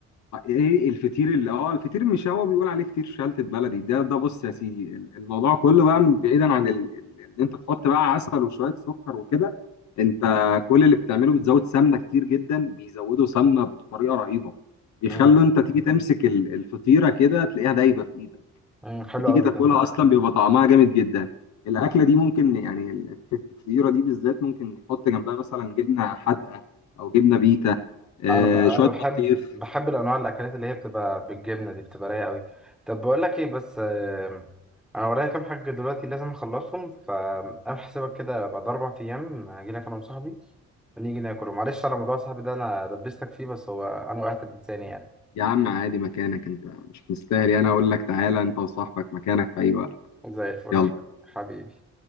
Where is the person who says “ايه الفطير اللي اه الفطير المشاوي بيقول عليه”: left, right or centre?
Left